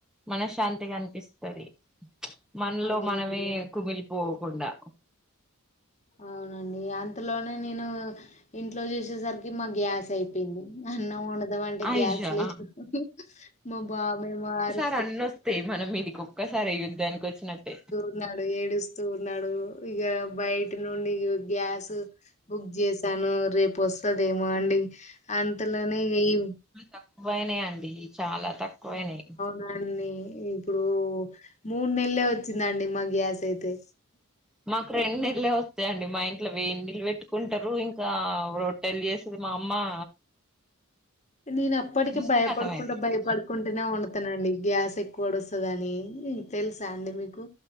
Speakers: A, in the centre; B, on the left.
A: మనశాంతిగా అనిపిస్తది, మనలో
B: అవునండి
A: మనమే కుమిలిపోకుండా.
B: అవునండి అంతలోనే నేను ఇంట్లో చూసేసరికి మా గ్యాస్ అయి పోయింది, అన్నం వండుదాం అంటే
A: అయ్యా
B: గ్యాస్ లేదు. మా బాబేమో అరు
A: తే అన్నొస్తయి మన మీదికి ఒక్కసారే యుద్ధానికి వచ్చినట్టే.
B: ఇంగ ఆడు ఏడుస్తూ ఉన్నాడు ఇగ బయటి నుండి గ్యాస్ బుక్ జేసి సాను రేపు వస్తదేమో అండి అంతలోనే ఇగ ఇ
A: తక్కువయినయండి చాలా తక్కువయినయి.
B: దాన్ని ఇప్పుడు మూడు నెలలే వచ్చిందండి మా గ్యాస్ అయితే.
A: మాకు రెండు నెల్లే వత్తయండి మా ఇంట్లో వేడి నీళ్ళు పెట్టుకుంటరు ఇంకా రో ట్టెలు చేస్తది మా అమ్మా.
B: నేను అప్పటికి
A: ఇంకా
B: భయపడుకుంటా
A: కతం అయిపోతది
B: భయపడుకుంటనే వండు తనండి గ్యాస్ ఎక్కువొడుస్తదని తెలుసా అండి మీకు.